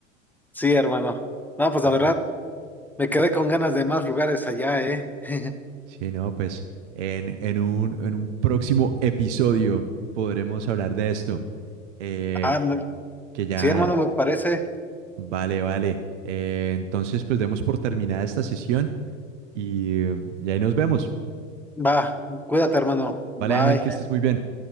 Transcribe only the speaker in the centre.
sí, hermano. No, pues
la verdad, me quedé con ganas de más lugares allá, ¿eh? <laughs>
Ah, me-
sí, hermano, me parece.
Va, cuídate, hermano. Bye.